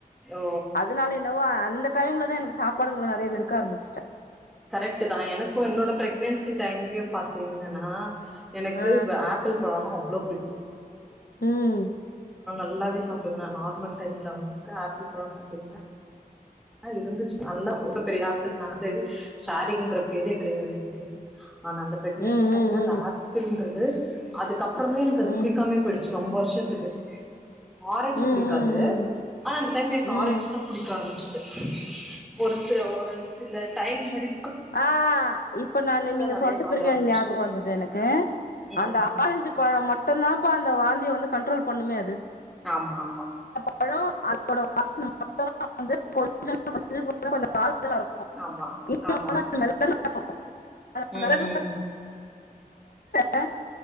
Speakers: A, in the centre; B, on the left.
A: ஓ
B: அதனால என்னவோ அந்த டைம்லதா எனக்கு சாப்பாடுங்ள நெறைய வெறுக்க ஆரம்ச்சிட்டே
A: கரெக்ட்டுதா எனக்கு என்னோட ப்ரெக்னன்சி டைம் <unintelligible> பாத்தே ங்கனா எனக்கு
B: ஆ
A: வ ஆப்பிள் பழோனா அவ்ளோ புடிக்கு
B: ம்
A: ல்லாவே சாப்டுவே நா நார்மல் டைம்ல வன்ட்டு ஆப்பிள் பழோ பாத்தீங்னா ஆ இருந்துச்சு நல்லா <unintelligible> பெரிய ஏப்பிள்னாலு சரி ஷேரீங்ற பேரே கெடையாது என்க்கு ஆனா அந்த ப்ரெக்னன்சி
B: ம்
A: டைம்ல
B: ம் ம்
A: அந்த ஏப்பிள்ன்றது அதுக்கப் ப்றமே எனக்கு அது
B: ம்
A: புடிக்காமயே போய்டு ச்சு ரொம்ப வருஷத்துக்கு ஆரஞ்ச்
B: ம்
A: புடிக்காது
B: ம் ம் ம்
A: ஆனா அந்த டைம்ல எனக்கு
B: ம்
A: ஆரஞ்ச் தா புடிக்காரம் <unintelligible> ஒரு செ ஒரு சிலர் டைம் வரி
B: ஆஹ் இப்ப நான்னு நீங்க
A: நெறைய
B: சொல்றபிறகு
A: சாப்ட ஆரம்பிச்சே
B: என் ஞாபக வந்தது எனக்கு
A: ம்
B: அந்த ஆரஞ்சு பழோ மட் ட்டுந்தான்ப்பா அந்த வாந்திய வந்து கன்ட்ரோல் பண்ணுமே அது
A: ஆம்மா ஆம்மா
B: <unintelligible> <inaudible> வந்து <inaudible> <unintelligible>
A: ஆமா
B: <inaudible>
A: ஆமா
B: <inaudible>
A: ம்
B: மெளகு
A: ம்
B: <inaudible> <inaudible>